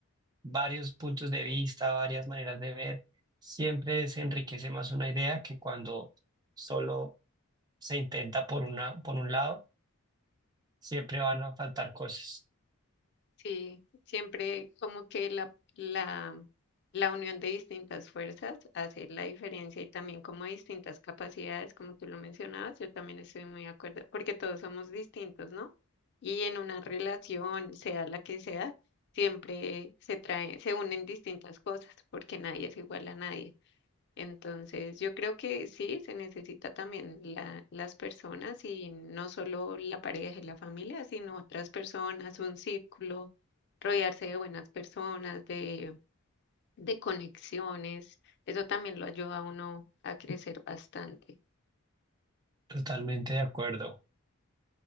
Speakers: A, on the right; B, on the left.
A: varios puntos de vista, varias maneras de ver, siempre se enriquece más una idea que cuando solo se intenta por una, por un lado, siempre van a faltar cosas.
B: Sí, siempre como que la, la, la unión de distintas fuerzas hace la diferencia y también como distintas capacidades, como tú lo mencionabas, yo también estoy muy de acuerdo, porque todos somos distintos, ¿no? Y en una relación, sea la que sea, siempre se trae, se unen distintas cosas, porque nadie es igual a nadie. Entonces, yo creo que sí, se necesita también la- las personas y no solo la pareja y la familia, sino otras personas, un círculo, rodearse de buenas personas, de, de conexiones. Eso también lo ayuda a uno a crecer bastante,
A: Totalmente de acuerdo.